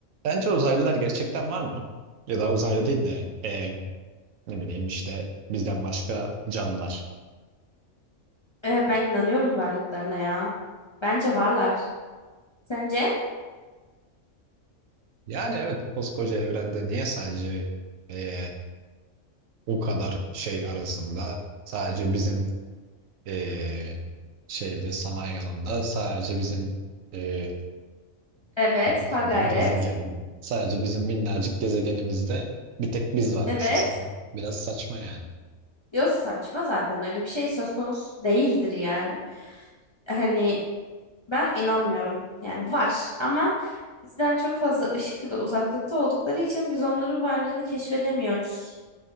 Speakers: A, on the right (about 80°); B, on the left (about 35°).
A: Sence uzaylılar gerçekten var mı? Ya da uzaylı değil de e, ne bileyim işte bizden başka canlılar.
B: Ee, ben inanıyorum varlıklarına ya. Bence varlar. Sence?
A: Yani evet koskoca evrende niye sadece e, o kadar şey arasında sadece bizim e, şeyde sanayi alanında sadece bizim e,
B: Evet,
A: şeyde
B: ha gayret.
A: gezegen sadece bizim minnacık gezegenimizde bir tek biz varmışız
B: Evet.
A: falan. Biraz saçma yani.
B: Yok saçma zaten öyle bir şey söz konusu değildir yani. Hani ben inanmıyorum. Yani var ama bizden çok fazla ışık yılı uzaklıkta oldukları için biz onların varlığını keşfedemiyoruz.